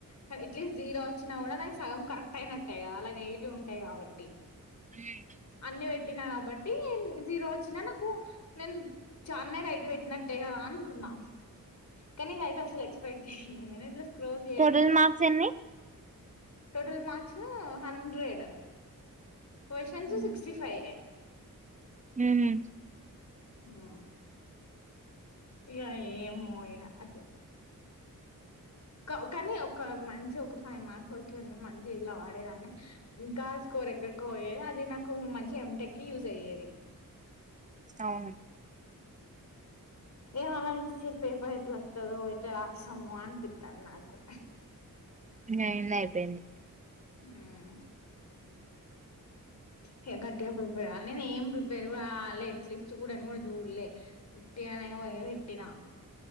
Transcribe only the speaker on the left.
కానీ అట్లీస్ట్ జీరో వచ్చినా కూడా నాకు సగం కరెక్ట్ అయినట్టాయి కదా అలా నెగిటివ్ ఉంటాయి కాబట్టి
అన్ని పెట్టినా కాబట్టి జీరో వచ్చిన నాకు నేను చాన్నై రైట్ పెట్టి ఉన్నట్టే గద అనుకున్నా కాని ఇదయితే అసలు ఎక్స్పెక్ట్ చేయలే మేమే పిలుస్ ట్రోల్ చెయ్యంగానే
టోటల్ మార్క్స్ హండ్రెడ్ క్వశ్చన్స్
సిక్స్టీ ఫైవ్
ఆ ఇక ఏమో అయ అది క కానీ ఒక మంచి ఒక ఒక ఫై మార్స్ వచ్చిన మంచి ఇలా వాడేదాని ఇంకా స్కోర్ ఎక్కడికో పోయేది అది నాకు మంచి ఎమ్ టెక్ కి యూజ్ అయ్యేది
ఏం అళ నెక్స్ట్ పేపర్ ఎట్లా వత్తదో ఎట్లా రాస్తామో అనిపితాను నాకు
మ్మ్ హే గట్ టిగా ప్రిపేర్యాలి నే ఏం ప్రిపేర్ కూడాాలి ఎట్లీస్ట్ చూడడి కూడా చూడ్లే ఉట్టిగానే పోయి పెట్ టినా